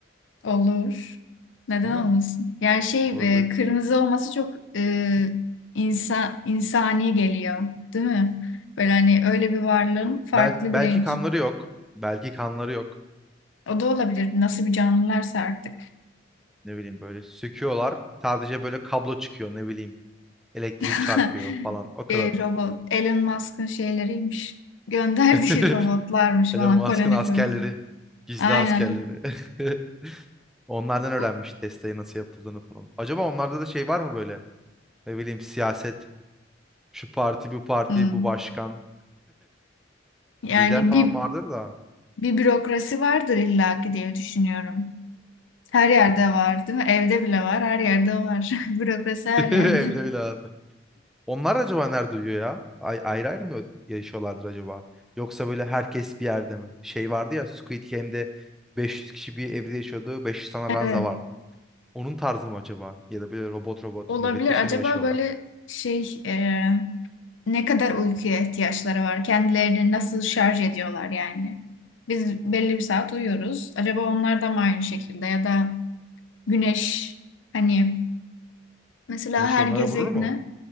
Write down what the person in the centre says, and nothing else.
Değil mi?
Olabilir.
Bel belki
kanları yok. Belki kanları yok.
Ne bileyim böyle söküyorlar. Sadece böyle kablo çıkıyor ne bileyim. Elektrik
çarpıyor falan o kadar.
<laughs>
Elon
Musk'ın
askerleri.
Gizli
askerleri. <laughs> Onlardan öğrenmiş
Tesla'yı nasıl yapıldığını falan. Acaba onlarda da şey var mı böyle? Ne bileyim siyaset. Şu parti bu parti
bu başkan.
Lider falan
vardır da.
<laughs>
Evde bile var. Onlar acaba nerede uyuyor ya? Ay, ayrı ayrı mı yaşıyorlardır acaba? Yoksa böyle herkes bir yerde mi? Şey vardı ya Squid Game'de 500 kişi bir evde yaşıyordu. 500 tane
ranza vardı. Onun tarzı mı acaba? Ya da böyle robot robot
nöbetleşe
mi yaşıyorlar?
Güneş
onlara
vurur mu?